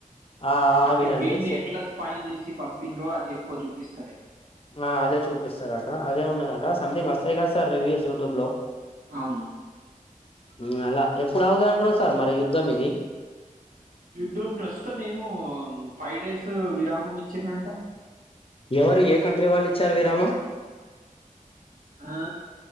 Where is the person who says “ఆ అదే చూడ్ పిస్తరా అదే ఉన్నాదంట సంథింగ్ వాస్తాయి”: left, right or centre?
Left